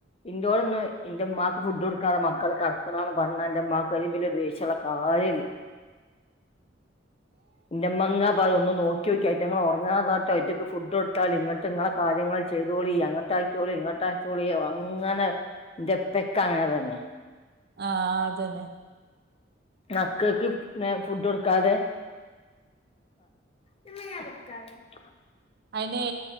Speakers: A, on the left (about 30°); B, on the right (about 55°).
A: ഇറയോട്ൊന്നന്ന് ഇ ഉമാക്ക് ഫുഡ് കൊടുക്കാതെ മക്കൾ കറക്കണംന്ന് പറഞ്ഞ എ്റെമാ അ ദേശ കഴയില്ല ഇ മങ്ങ അപ്പ ഒന്നന്ന് നോക്കി നോക്കി റ്റ ഇങ്ങൾ ഉറങ്ങാതാട്ടോ റ്റക്ക് ഫുഡ് ഇട്ടി ഇങ്ങട്ട് ഇങ്ങളെ കാര്യങ്ങൾ ചെയ്തോളി അങ്ങട്ടക്കോളി ഇങ്ങോട്ടാക്കക്കോളിോ അങ്ങനെ എന്റെപ്പക്ക അങ്ങനെ തന്നെ
B: ആഹ അതന്നെ
A: നക്കക്ക് പി ഫുഡ് കൊടുക്കാതെ <unintelligible>
B: അയിനെ